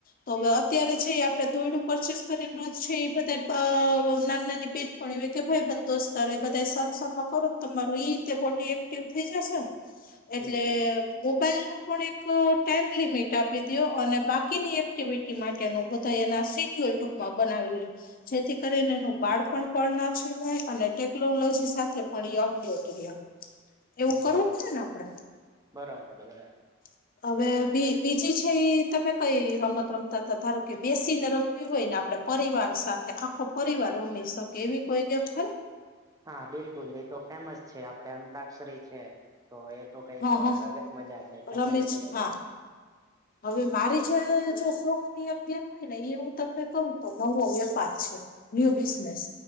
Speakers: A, on the left; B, on the right.
A: તો હવે અત્યારે છે. આપડે તોયડું પરચેસ કરેલું છે. એ બધા નાના નાની બેહેન પણ એવી કે ભાઈ બ દોસ્તારો બધા સમસમમાં કરો તમારું એ રીતે પોટી થઈ જશે એટલે
B: બિલકુલ
A: મોબાઈલ નો પણ એક ટાઈમ લિમિટ આપી દો અને બાકીની એક્ટિવિટી માટે બધા એના સડ્યલ ટૂંકમાં બનાવી લ જેથી કરીને એનું બાળ પણ પણ નથી અને ટેકનોલોજી સાથે પણ એ અપડેટ રહ્યો એવું કરવું
B: જી
A: પડેને આપડે
B: બરાબર બરાબર
A: હ હવે બીજી છે. એ તમે કઈ રમત રમતા હતા ધારો કે બેસી ને રમવી હોય ને આપડે પરિવાર સાથે આખો પરિવાર રમી શકે એવી કોઈ ગમ ખરી
B: હા બિલકુલ એ તો ફેમસ છે. આપડે અંતાક્ષરી છે. તો એ તો કઈક
A: હા હા.
B: અલગ જ મજા છે. ફેમિલી
A: રમી છે હા હવે મારી જે શોખ ની એક ગેમ હોય ને એ હું તમને કું તો નવો વેપાર છે. ન્યુ બિઝનેસ